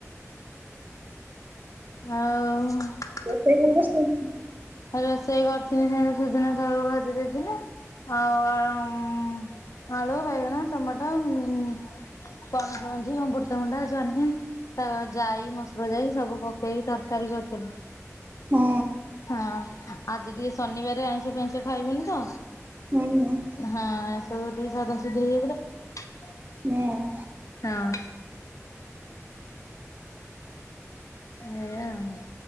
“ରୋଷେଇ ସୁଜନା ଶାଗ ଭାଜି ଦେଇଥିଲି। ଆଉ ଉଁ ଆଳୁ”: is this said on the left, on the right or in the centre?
Left